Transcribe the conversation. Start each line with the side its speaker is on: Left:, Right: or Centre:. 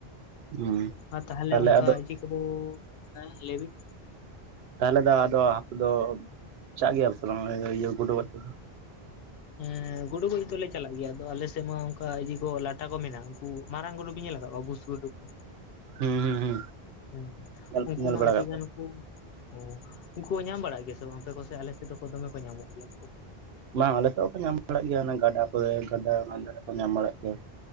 Right: ᱦᱩᱸ
Left: ᱟᱨ ᱛᱟᱦᱚᱞᱮ
Right: ᱛᱟᱦᱞᱮ
Left: ᱚᱱᱠᱟ
Right: ᱟᱫᱚ
Left: ᱤᱡᱟᱹ ᱠᱚᱫᱚ ᱦᱮᱸ ᱞᱟᱹᱭ ᱵᱤᱱ
Right: ᱛᱟᱦᱚᱞᱮ ᱫᱚ ᱟᱫᱚ ᱦᱟᱹᱠᱩ ᱫᱚ ᱪᱟᱜ ᱜᱮᱭᱟ ᱥᱮ ᱵᱟᱝ ᱤᱭᱟᱹ ᱜᱩᱰᱩ ᱜᱚᱡ ᱠᱚ ᱫᱚ?
Left: ᱦᱮᱸ ᱜᱩᱰᱩ ᱜᱚᱡ ᱫᱚᱞᱮ ᱪᱟᱞᱟᱜ ᱜᱮᱭᱟ ᱟᱫᱚ ᱟᱞᱮ ᱥᱮᱫ ᱢᱟ ᱚᱱᱠᱟ ᱤᱭᱟᱹ ᱠᱚ ᱞᱟᱴᱟ ᱠᱚ ᱢᱮᱱᱟᱜᱼᱟ ᱩᱱᱠᱩ ᱢᱟᱨᱟᱝ ᱜᱩᱰᱩ ᱧᱮᱞ ᱟᱠᱟᱜ ᱠᱚᱣᱟ ᱵᱩᱥ ᱜᱩᱰᱩ ᱠᱚ
Right: ᱦᱩᱸ ᱦᱩᱸ ᱦᱩᱸ
Left: ᱦᱮᱸ
Right: ᱧᱮᱞ
Left: ᱩᱱᱠᱩ
Right: ᱧᱮᱞ
Left: ᱢᱟ
Right: ᱵᱟᱲᱟ
Left: ᱟᱹᱰᱤ
Right: ᱠᱟᱜ ᱠᱚᱣᱟ
Left: ᱜᱟᱱ ᱠᱩ ᱚ ᱩᱱᱠᱩ ᱦᱚᱸ ᱧᱟᱢ ᱵᱟᱲᱟᱜ ᱜᱮᱭᱟ? ᱥᱮ ᱵᱟᱝ ᱟᱯᱮ ᱠᱚᱥᱮ ᱟᱞᱮ ᱥᱮᱫ ᱫᱚ ᱫᱚᱢᱮ ᱠᱚ ᱧᱟᱢᱚᱜ ᱜᱮᱭᱟ᱾
Right: ᱵᱟᱝ ᱟᱞᱮ ᱥᱮᱫ ᱦᱚᱸᱠᱚ ᱧᱟᱢ ᱵᱟᱲᱟᱜ ᱜᱮᱭᱟ ᱜᱟᱰᱟ ᱠᱚᱨᱮ ᱜᱟᱰᱟ ᱚᱱᱟ ᱠᱚᱨᱮ ᱧᱟᱢ ᱵᱟᱲᱟᱜ ᱜᱮᱭᱟ᱾